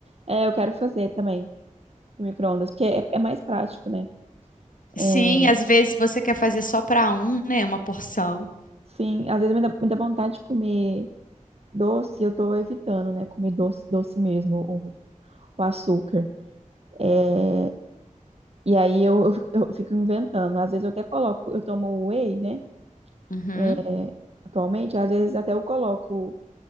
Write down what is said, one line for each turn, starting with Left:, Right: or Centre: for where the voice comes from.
Right: É, eu quero fazer também no micro-ondas, porque é, é mais prático, né?
Left: Sim,
Right: É,
Left: às vezes você quer fazer só para um, né? Uma porção.
Right: sim, às vezes me dá, me dá vontade de comer doce, eu tô evitando, né, comer doce, doce mesmo, o, o açúcar. É, E aí eu, eu fico eu fico inventando. Às vezes eu até coloco, eu tomo whey, né?
Left: Uhum.
Right: É, Atualmente, às vezes até eu coloco,